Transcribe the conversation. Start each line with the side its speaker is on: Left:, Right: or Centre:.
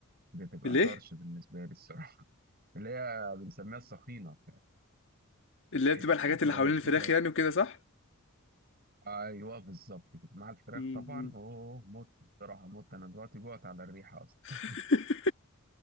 Right: بتبقى
Left: ليه
Right: طرش بالنسبة لي الصراحة اللي هي بنسميها السخينة
Left: اللي هي بتبقى
Right: <laughs>
Left: الحاجات اللي
Right: بس
Left: حوالين الفراخ
Right: بتاع-
Left: يعني وكده صح
Right: ايوه بالظبط كده مع الفراخ
Left: مم.
Right: طبعا اوه مت الصراحة مت انا دلوقتي جوعت على الريحة اصلا
Left: <laughs>